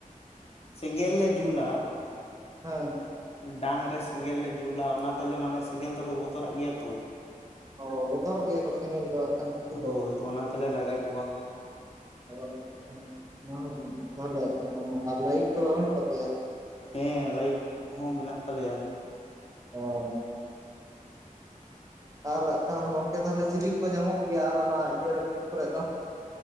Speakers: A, on the left; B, on the right.
A: ᱥᱮᱸᱜᱮᱞ ᱞᱮ ᱡᱩᱞᱟ᱾
B: ᱦᱮᱸ
A: ᱰᱟᱝ ᱨᱮ ᱥᱮᱸᱜᱮᱞ ᱞᱮ ᱡᱩᱞᱟ ᱚᱱᱟ ᱛᱮᱞᱮ ᱢᱟᱱᱮ ᱥᱮᱸᱜᱮᱞ ᱫᱚᱠᱚ ᱵᱚᱛᱚᱨᱟᱜ ᱜᱮᱭᱟ ᱛᱚ᱾
B: ᱚ ᱵᱚᱛᱚᱨᱚᱜ ᱜᱮᱭᱟ ᱠᱚ ᱥᱮᱸᱜᱮᱞ ᱫᱚ ᱟᱜᱠᱷᱟᱱ ᱦᱟᱹᱛᱤ
A: ᱦᱳᱭ
B: ᱫᱚ
A: ᱚᱱᱟ ᱛᱮᱞᱮ ᱞᱟᱜᱟ ᱠᱚᱣᱟ
B: <unintelligible> ᱚᱱᱟ ᱢᱟ ᱟᱨ ᱞᱟᱭᱤᱴ ᱠᱚ ᱫᱚ ᱵᱟᱱᱩᱜ ᱛᱟᱯᱮᱭᱟ
A: ᱦᱮᱸ ᱞᱟᱭᱤᱴ ᱠᱚ ᱦᱚᱸ ᱢᱮᱱᱟᱜ ᱛᱟᱞᱮᱭᱟ᱾
B: ᱚ ᱟᱨ ᱦᱟᱜ ᱠᱷᱟᱱ ᱜᱚᱢᱠᱮ ᱛᱟᱦᱚᱞᱮ ᱪᱤᱞᱤ ᱠᱚ ᱧᱟᱢᱚᱜ ᱜᱮᱭᱟ ᱟᱨ ᱚᱱᱟ ᱤᱭᱟᱹ ᱨᱮ ᱵᱤᱨ ᱠᱚᱨᱮ ᱫᱚ?